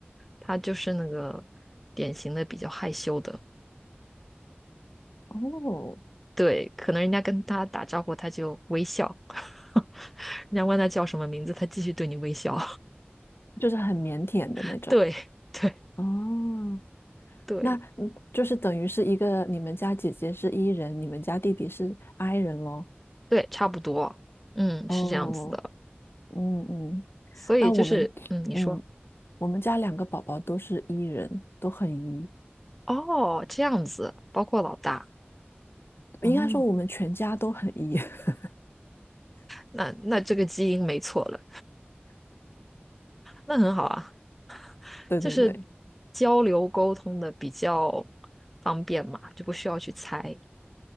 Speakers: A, in the centre; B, on the left (about 70°).
A: 他就是那个典型的比较害羞的，
B: 哦，
A: 对，可能人家跟他打招呼他就微笑，<laughs> 人家问他叫什么名字，他继续对你微笑，
B: 就是很腼腆的那种。
A: <laughs> 对对。
B: 哦，
A: 对
B: 那嗯就是等于是一个你们家姐姐是 E 人，你们家弟弟是 I 人咯。
A: 对，差不多，嗯，
B: 哦，
A: 是这样子的。
B: 嗯嗯，
A: 所以就是，
B: 那我们嗯，
A: 嗯，你说，
B: 我们家两个宝宝都是 E 人，都很 E，
A: 哦，这样子，包括老大，哦，
B: 应该说我们全家都很 E。<laughs>
A: 那那这个基因没错了，那很好啊，
B: 对对对，
A: 就是交流沟通的比较方便嘛，就不需要去猜，